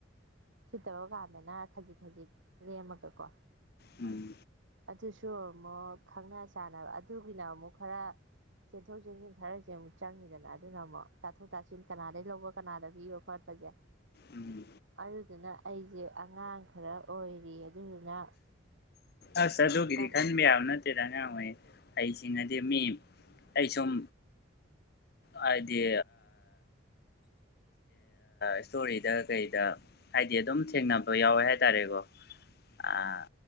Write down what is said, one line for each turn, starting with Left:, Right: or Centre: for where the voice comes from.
Right: ꯁꯤꯠꯇꯕ ꯀꯥꯟꯗꯅ ꯈꯖꯤꯛ ꯈꯖꯤꯛ ꯂꯦꯝꯃꯒꯀꯣ
Left: ꯎꯝ
Right: ꯑꯗꯨꯁꯨ ꯑꯃꯨꯛ ꯈꯪꯅ ꯆꯥꯟꯅꯕ ꯑꯗꯨꯒꯤꯅ ꯑꯃꯨꯛ ꯈꯔ ꯆꯦꯟꯊꯣꯛ ꯆꯦꯟꯁꯤꯟ ꯈꯔꯁꯦ ꯑꯃꯨꯛ ꯆꯪꯉꯤꯗꯅ ꯑꯗꯨꯅ ꯑꯃꯨꯛ ꯇꯥꯊꯣꯛ ꯇꯥꯁꯤꯟ ꯀꯅꯥꯗꯒꯤꯩ ꯂꯧꯕ ꯀꯅꯥꯗ ꯄꯤꯕ ꯈꯣꯠꯄꯁꯦ
Left: ꯎꯝ
Right: ꯑꯗꯨꯗꯨꯅ ꯑꯩꯁꯦ ꯑꯉꯥꯡ ꯈꯔ ꯑꯣꯏꯔꯤ ꯑꯗꯨꯗꯨꯅ
Left: ꯑꯁ ꯑꯗꯨꯒꯤꯗꯤ
Right: ꯀꯅꯥ
Left: ꯈꯟꯕ ꯌꯥꯕ ꯅꯠꯇꯦ ꯏꯁꯇꯦꯗ ꯑꯉꯥꯡ ꯑꯣꯏ ꯑꯩꯁꯤꯡꯅꯗꯤ ꯃꯤ ꯑꯩ ꯁꯨꯝ ꯍꯥꯏꯗꯤ ꯏꯁꯇꯣꯔꯤꯗ ꯀꯩꯗ ꯍꯥꯏꯗꯤ ꯑꯗꯨꯝ ꯊꯦꯡꯅꯕ ꯌꯥꯎꯋꯦ ꯍꯥꯏꯇꯥꯔꯦꯀꯣ ꯑꯥ